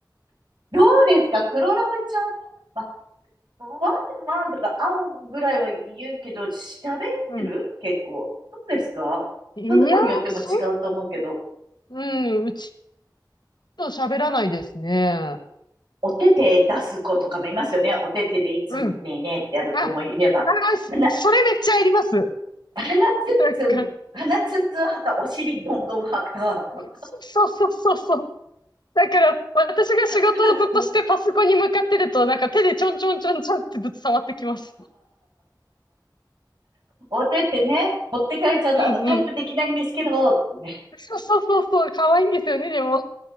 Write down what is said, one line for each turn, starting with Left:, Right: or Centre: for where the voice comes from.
Right: どうですか黒ラブちゃんも、まあ、ワンワンとか会うぐらいは言うけど、喋る結構。
Left: うん。
Right: そうですかその子によっても違うと思うけど、
Left: いや、そ、うん、うちと喋らないですね。
Right: お手手出す子とかもいますよね。お手手でいつもねえねえってやる子もいれば。
Left: うん。あ、あー、そそれめっちゃやります。
Right: な、鼻ツンツン、
Left: なんか、
Right: 鼻ツンツン派か、お尻どんどん派か。
Left: ねそうそうそうそう。だから、私が仕事をずっとしてパソコンに向かってると、
Right: <laughs>
Left: なんか手でちょんちょんちょんちょんってずっと触ってきます。
Right: お手手ね、持ってかれちゃうと、
Left: うんうん。
Right: あの、タイプできないんですけど、ってね。
Left: そうそうそうそう、可愛いんですよね、でも。